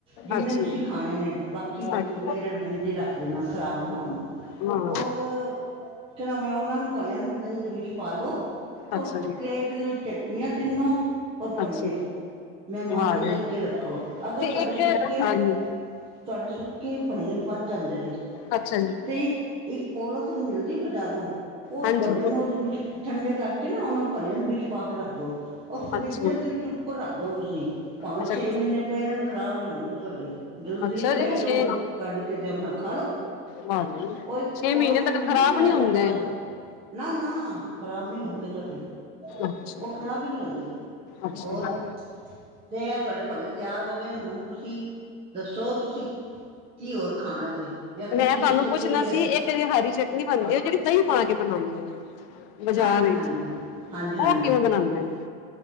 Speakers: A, on the right; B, on the left.
A: ਜਿੰਨੇ,
B: ਅੱਛਾ
A: ਤੁਸੀਂ
B: ਜੀ
A: ਖਾਣੇ ਨੇ, ਬਾਕੀ ਵਿੱਚ
B: ਅੱਛਾ।
A: ਪਏ ਰੈਣ, ਫਰਿੱਜ ਵਿਚ ਰੱਖ ਦੇਣਾ, ਖ਼ਰਾਬ ਨਾ ਹੋਣ।
B: ਵਾਹ
A: ਔਰ, ਕਿ ਨਾਮ ਏ, ਉਹਨਾ ਨੂੰ ਭਲੇਆਂ ਨੂੰ। ਦਹੀਂ ਦੇ ਵਿੱਚ ਪਾਲੋ,
B: ਅੱਛਾ
A: ਉਸ
B: ਜੀ
A: ਪਲੇਟ ਦੇ ਵਿੱਚ ਚਟਨੀਆਂ ਤਿੰਨੋ ਔ ਭਲੀ
B: ਅੱਛਾ
A: ਮਹਿਮਾਨਾਂ
B: ਵਾਹ ਜੀ
A: ਦੇ ਅੱਗੇ ਰੱਖੋ ਅਗਰ
B: ਤੇ
A: ਤੁਹਾਡੇ
B: ਇੱਕ
A: ਸੁੱਕੇ
B: ਹਾਂਜੀ
A: ਤੁਹਾਡੇ ਸੁੱਕੇ ਈ ਪੱਲੇ ਬਚ ਜਾਂਦੇ ਨੇ
B: ਅੱਛਾ ਜੀ
A: ਤੇ ਇੱਕ ਇੱਕ ਪੋਲੋਥਿਨ ਮਿਲਦੀ ਬਜ਼ਾਰੋਂ ਉਸ
B: ਹਾਂਜੀ
A: ਭੱਲਿਆਂ ਨੂੰ ਉਹਦੇ ਵਿੱਚ ਠੰਡੇ ਕਰਕੇ ਨਾ ਉਹਨਾਂ ਭਲਿਆਂ ਨੂੰ ਵਿੱਚ ਪਾ ਕੇ ਰੱਖ ਲੋ ਉਹ ਫਰਿਜਰ
B: ਅੱਛਾ
A: ਦੇ ਵਿੱਚ ਉੱਪਰ ਰੱਖਦੋ ਤੁਸੀਂ ਭਾਵੇਂ
B: ਅੱਛਾ
A: ਛੇ ਮੀ ਨੇ ਪਏ ਰਹਿਨ ਖਰਾਬ ਨਹੀਂ ਹੋਣਗੇ ਸਾਡੇ ਜਦੋਂ ਦਿਲ
B: ਅੱਛਾ
A: ਕਰੇ
B: ਜੀ
A: ਦੋ
B: ਛੇ
A: ਕੱਢ ਕੇ ਤੇ ਆਪਣਾ ਖਾ ਲੋੋ
B: ਵਾਹ ਜੀ
A: ੳ‌ਹ ‌ਇਕ
B: ਛੇ
A: ਫਲੋਰੋਸਿੰਨ
B: ਮਹੀਨੇ ਤੱਕ
A: ਮਿਲਦੀ
B: ਖਰਾਬ
A: ਬਜ਼ਾਰੋਂ
B: ਨਹੀਂ ਹੁੰਦੇ
A: ਬੰਦ ਨਾ ਨਾ ਖ਼ਰਾਬ ਨਹੀਂ ਹੋਣਗੇ ਤੁਹਾਡੇ
B: ਅੱਛਾ
A: ਉਹ ਖ਼ਰਾਬ ਹੀ ਨਹੀਂ ਹੁੰਦੇ
B: ਅੱਛਾ
A: ਹੋਰ ਤੇ ਆ ਤੁਹਾਡੇ ਭਲੇ ਤਿਆਰ ਹੋ ਗਏ ਨੇ ਹੁਣ ਤੁਸੀਂ ਦੱਸੋ ਤੁਸੀਂ ਕੀ ਹੋਰ ਖਾਣਾ ਜੇ ਜਾਂ ਤੁਸੀਂ
B: ਮੈਂ ਤੁਹਾਨੂੰ
A: ਦੱਸੋ
B: ਪੁੱਛਣਾ
A: ਕਿਹੜੀ ਰੈਸ
B: <unintelligible> ਹਰੀ ਚਟਨੀ ਬਣਦੀ ਜਿਹੜੀ ਦਹੀਂ ਪਾ ਕੇ ਬਣਾਂਦੇ ਨੇ ਬਾਜ਼ਾਰ
A: ਹਾਂਜੀ ਹਾਂਜੀ
B: ਚ
A: ਹਾਂਜੀ ਹਾਂਜੀ
B: ਉਹ ਕਿਵੇਂ ਬਣਾਂਦੇ ਨੇ